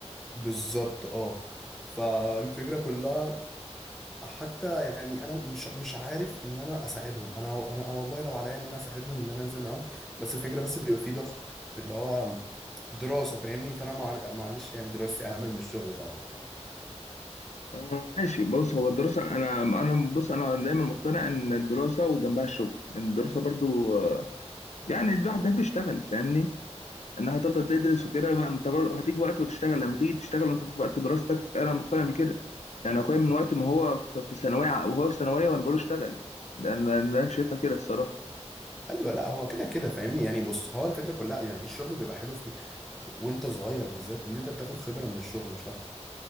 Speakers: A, in the centre; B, on the left.
A: بالظبط اه فالفكره كلها حتى يعني انا مش مش عارف ان انا اساعدهم انا انا والله لو عليا ان انا اساعدهم ان انا انزل معاهم بس الفكره بس بيبقى في ضغط اللي هو دراسه فاهمني فانا مع- معلش يعني دراستي اهم من الشغل طبعا
B: آه ماشي بص هو الدراسه انا انا بص انا دايما مقتنع ان الدراسه وجنبها الشغل لان الدراسه برضو آه، يعني الواحد بيحب يشتغل فاهمني انها هتفضل تدرس وكده ما انت برضه هتيجي وقت وتشتغل لما تيجي تشتغل وانت في وقت دراستك انا مقتنع بكده يعني اخويا من وقت ما هو في في ثانويه ع- وهو في ثانويه وانا بقول له اشتغل ده انا ده انا شايفها كده الصراحه
A: ايوه لا هو كده كده فاهمني يعني بص هو الفكره كلها يعني الشغل بيبقى حلو في ايه وانت صغير بالذات ان انت بتاخد خبره من الشغل مش اكتر